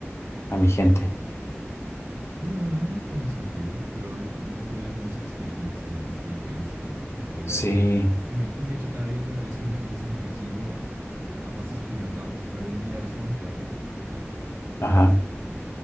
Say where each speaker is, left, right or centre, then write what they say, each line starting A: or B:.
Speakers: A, on the left; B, on the right.
A: a mi gente.
B: Ah, tiene sentido, pero no, no tendrías nuevas experiencias, nuevas vivencias, ¿no? Serías...
A: Sí,
B: enveje- De hecho, cada día te darías cuenta que estás envejeciendo a pasos gigantados. O sea, de un día eres joven y al otro vegeta, de
A: ajá.
B: golpe.